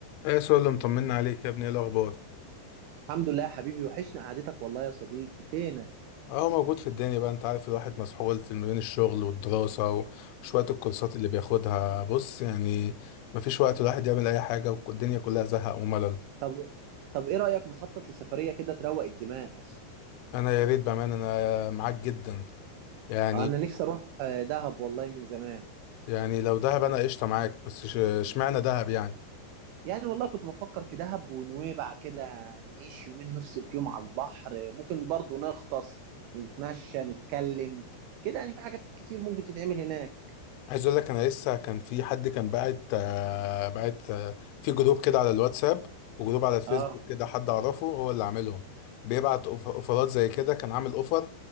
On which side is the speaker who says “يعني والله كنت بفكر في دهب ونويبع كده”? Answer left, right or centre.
Right